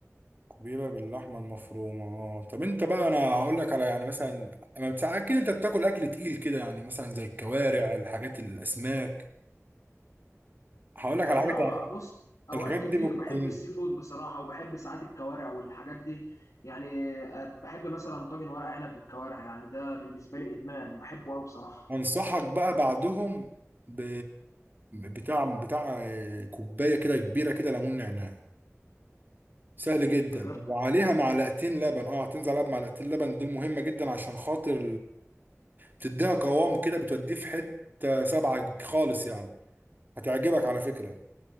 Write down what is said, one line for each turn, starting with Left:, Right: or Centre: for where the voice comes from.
Right: كوبيبه باللحمه المفرومه اه طب انت بقى انا هقول لك على يعني مثلا اما بتاع اكيد انت بتاكل اكل تقيل كده يعني مثلا زي الكوارع الحاجات الاسماك هقول لك
Left: يعني
Right: على حاجه
Left: اه
Right: تع-
Left: بص اوقات
Right: الحاجات
Left: كتير
Right: دي بتكون
Left: بحب السي فود بصراحه وبحب ساعات الكوارع والحاجات دي يعني آه، بحب مثلا طاجن ورق عنب بالكوارع يعني ده بالنسبه لي ادمان بحبه قوي بصراحه
Right: انصحك بقى بعدهم ب... بتاع بتاع كوبايه كده كبيره كده ليمون نعناع سهل جدا
Left: بجد
Right: وعليها معلقتين لبن اه هتنزل عليها بمعلقتين لبن دي مهمه جدا عشان خاطر بتديها قوام كده بتوديه في حتة سبعة خالص يعني هتعجبك على فكرة